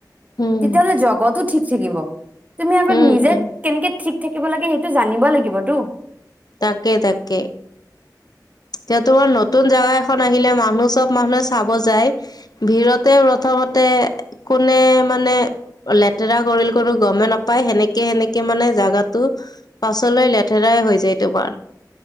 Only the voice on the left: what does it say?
উম
উম
উম
তাকে তাকে। এ তোমাৰ নতুন জেগা এখন আহিলে মানুহ চব মানুহে চাব যায়, ভিতৰতে প্ৰথম কোনে মানে লেতেৰা কৰিল কোনো গমে নাপায় সেনেকে সেনেকে মানে জাগাটো পাছলৈ লেতেৰাই হৈ যায় তোমাৰ।